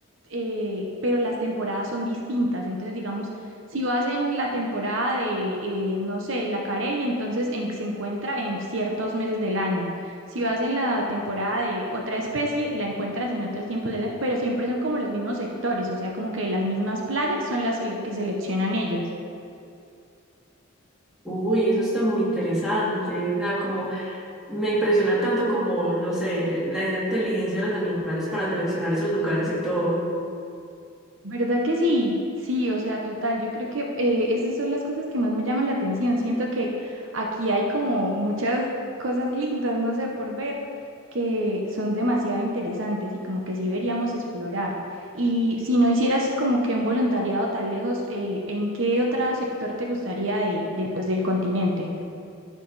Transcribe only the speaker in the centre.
Uy, eso está muy interesante. O sea, como Me impresiona tanto como, no sé, la esa inteligencia de los animales para seleccionar esos lugares y todo.